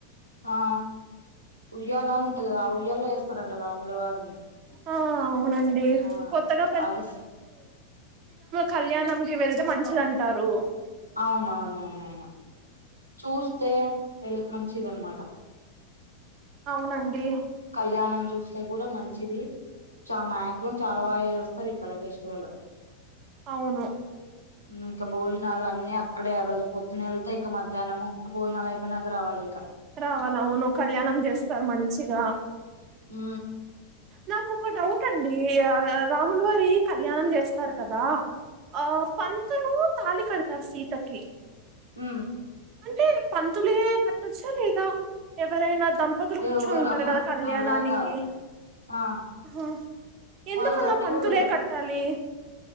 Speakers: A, on the right; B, on the right.
A: ఆ ఉయ్యాల అని ఉంటది గా ఆ ఉయ్యల్లో వేస్తారంట రాముల వారిని
B: ఆ అవునండి
A: ఆ
B: కొత్తగా
A: అది
B: కళ్యాణం కి వెళ్తే మంచిది అంటారు
A: అవునవునవునవును చూస్తే వె మంచి చిది అనమాట
B: అవునండి
A: కళ్యాణం చూస్తే కూడా మంచిది చ మాక్సిమం చాలా బాగా చేస్తారు ఇక్కడ ఫెస్టివల్
B: అవును
A: <unintelligible> ఇక భోజనాలు అన్నీ అక్కడే ఆ రోజు పొద్దున్న వెళ్తే ఇంక మధ్యాహ్నము భోజనాలు అయిపోయినాక రావాలి ఇంకా
B: రావాల అవును కళ్యాణం చేస్తారు మంచిగా
A: హ
B: నాకు ఒక డౌట్ అండి రాములు వారి కళ్యాణం చేస్తారు కదా ఆ పంతులు తాలి కడతారు సీతకి
A: హ
B: అంటే పంతులే కట్టొచ్చా లేదా ఎవరైనా దంపతులు కూర్చొని
A: ఎవ్వరు
B: ఉంటారు
A: ఆహా
B: కదా కళ్యాణానికి
A: అలా కాదు ఆ
B: బహ <inaudible> ఎందుకలా
A: వాళ్ళు కట్టకూడదు
B: పంతులే కట్టాలి